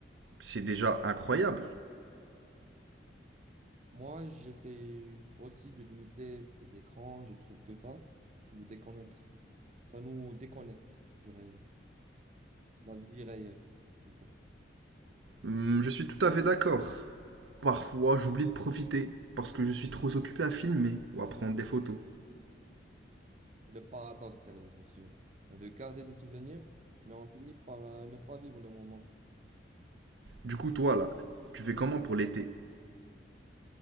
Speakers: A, on the right; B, on the right.
A: c'est déjà incroyable.
B: Moi, j'essaie aussi de limiter les écrans. Je trouve que ça nous déconnecte. Ça nous déconnecte du réel, de la vie réelle, plutôt.
A: Hmm, je suis tout à fait d'accord. Parfois, j'oublie de profiter parce que je suis trop occupé à filmer ou à prendre des photos.
B: C'est le paradoxe, les réseaux sociaux. On veut garder des souvenirs, mais on finit par euh, ne pas vivre le moment.
A: Du coup, toi, là, tu fais comment pour l'été